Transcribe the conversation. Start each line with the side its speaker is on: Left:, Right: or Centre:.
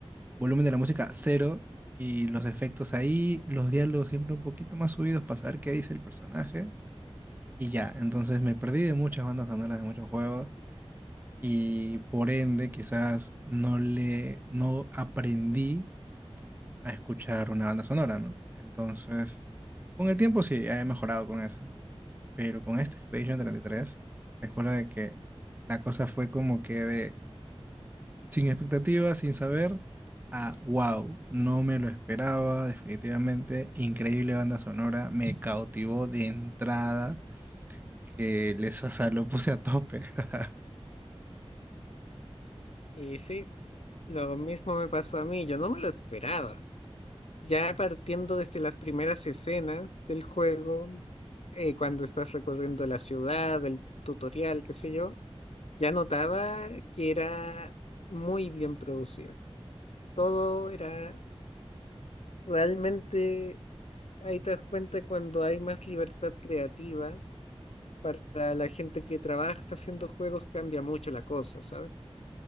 Right: volumen de la música cero y los efectos ahí, los diálogos siempre un poquito más subidos para saber qué dice el personaje y ya, entonces me perdí de muchas bandas sonoras de muchos juegos y por ende quizás no le, no aprendí a escuchar una banda sonora, ¿no? Entonces... Con el tiempo sí, he mejorado con eso, pero con este Expedition 33, te juro de que la cosa fue como que de sin expectativas, sin saber, a wow, no me lo esperaba, definitivamente, increíble banda sonora, me cautivó de entrada, que les o lo puse a tope. <laughs>
Left: y sí, lo mismo me pasó a mí, yo no me lo esperaba. Ya partiendo desde las primeras escenas del juego, eh, cuando estás recorriendo la ciudad, el tutorial, qué sé yo, ya notaba que era muy bien producida. Todo era realmente, ahí te das cuenta cuando hay más libertad creativa para la gente que trabaja haciendo juegos cambia mucho la cosa, ¿sabes?